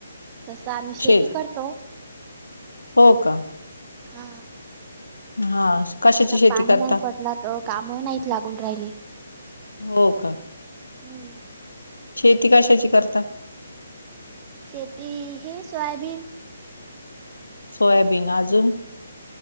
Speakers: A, on the right; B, on the left.
A: तसं आम्ही शेती
B: शेत
A: करतो.
B: हो का
A: हा
B: हा कशाची
A: आता
B: शेती
A: पाणी
B: करता
A: नाही पडला तर काम नाहीत लागून राहिले.
B: हो का
A: हम्म
B: शेती कशाची करता?
A: शेती हे सोयाबीन.
B: सोयाबीन अजून